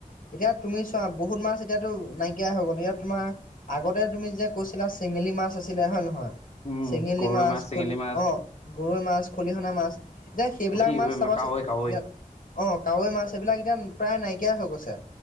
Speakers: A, on the left (about 75°); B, on the left (about 50°).
A: এতিয়া তুমি চোৱা বহুত মাছ এতিয়াতো নাইকিয়াই হৈ গ'ল এ ইয়াত তোমাৰ আগতে তুমি যে কৈছিলা চেঙেলী মাছ আছিলে হয় নহয়।
B: উম,
A: চেঙেলী
B: গৰৈ
A: মাছ
B: চেঙেলী
A: খুলি
B: মাছ,
A: অ গৰৈ মাছ, খলিহনা মাছ এতিয়া সেইবিলাক
B: পুঠি,
A: মাছ
B: উম,
A: চাবা
B: কাৱৈ,
A: চো
B: কাৱৈ
A: অ, কাৱৈ মাছ এইবিলাক এতিয়া প্ৰায় নাইকিয়া হৈ গৈছে